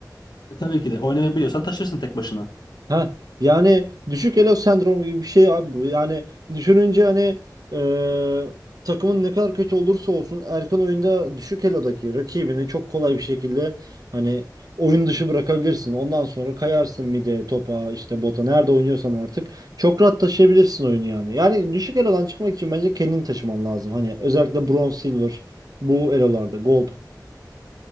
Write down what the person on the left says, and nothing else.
E, tabii ki de oynamayı biliyorsan taşırsın tek başına.